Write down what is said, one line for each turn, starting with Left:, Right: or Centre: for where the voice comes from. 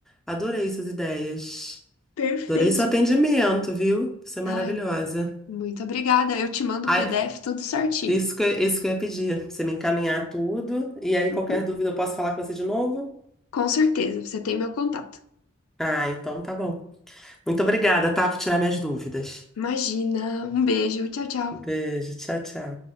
Centre: Adorei suas ideias.
Left: Perfeito.
Centre: Adorei seu atendimento, viu? Você é maravilhosa.
Left: Ai, muito obrigada. Eu te mando
Centre: Ai,
Left: o PDF tudo certinho.
Centre: isso que, isso que eu ia pedir, você me encaminhar tudo, e aí
Left: Uhum.
Centre: qualquer dúvida eu posso falar com você de novo?
Left: Com certeza, você tem meu contato.
Centre: Ah, então tá bom. Muito obrigada, tá, por tirar minhas dúvidas.
Left: Imagina. Um beijo. Tchau, tchau.
Centre: Beijo, tchau, tchau.